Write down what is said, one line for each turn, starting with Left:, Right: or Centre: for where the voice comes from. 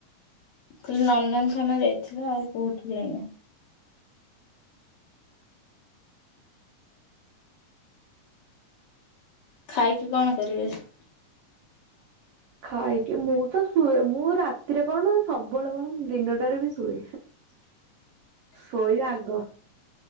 Left: ଖାଲି ନନ୍ଦନଖାନା ଯାଇଥିଲି ଆଉ କୋଉଠି ଯାଇନି। ଖାଇକି କଣ କରିବେ?
Right: ଖାଇକି ମୁଁ ତ ଶୁଏ ମୁଁ ରାତିରେ କଣ ସବୁବେଳେ କଣ ମୁଁ ଦିନଟାରେ ବି ଶୁଏ। ସୋଇବା ଆଗ।